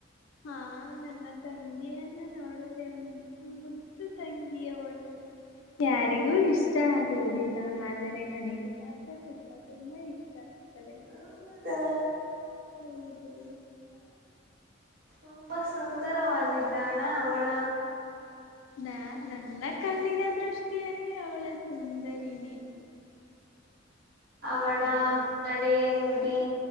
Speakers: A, on the left; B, on the right.
A: ಹಾ ನನ್ನ ತಂಗಿಯನ್ನ ನೋಡುದ್ರೆ ಮುದ್ದು ಮುದ್ದು ತಂಗಿಯವಳು ಯಾರಿಗೂ ಇಸ್ ಇಷ್ಟ ಆಗುವುದಿಲ್ಲ ಆದರೆ ನನಗೆ ಮಾತ್ರ ತುಂಬಾ ತುಂಬಾ ಇಷ್ಟ ಅದ
B: ಹೌದಾ
A: ಹೌದು
B: ತುಂಬಾ ಸುಂದರವಾಗಿದ್ದಾಳ ಅವಳ
A: ನಾ ನನ್ನ ಕಣ್ಣಿನ ದೃಷ್ಟಿಯಲ್ಲಿ ಅವಳ ಸುಂದರಿನಿ
B: ಅವಳ
A: ಬೇರೆ
B: ನಡೆ ನುಡಿ